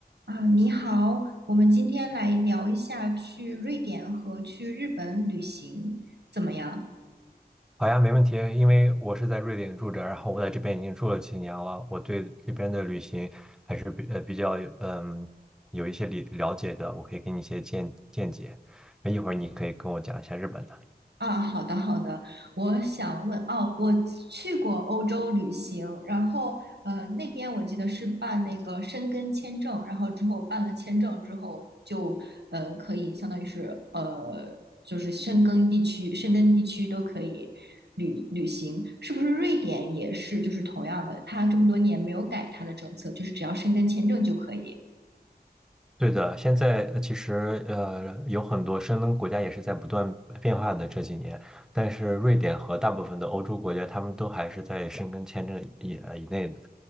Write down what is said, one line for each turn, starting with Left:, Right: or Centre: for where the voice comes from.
Right: 啊，你好，我们今天来聊一下去瑞典和去日本旅行怎么样？
Centre: 好呀，没问题。因为我是在瑞典住着，然后我在这边已经住了几年了，我对这边的旅行还是比呃比较有嗯有一些理了解的，我可以给你一些见见解。那一会儿你可以跟我讲一下日本的。
Right: 啊，好的好的，我想问哦，我去过欧洲旅行，然后呃那边我记得是办那个申根签证，然后之后办了签证之后就呃可以相当于是呃就是申根地区，申根地区都可以旅旅行，是不是瑞典也是就是同样的，它这么多年没有改它的政策，就是只要申根签证就可以。
Centre: 对的，现在呃其实呃有很多申根国家也是在不断变化的这几年，但是瑞典和大部分的欧洲国家，他们都还是在申根签证以呃以内的。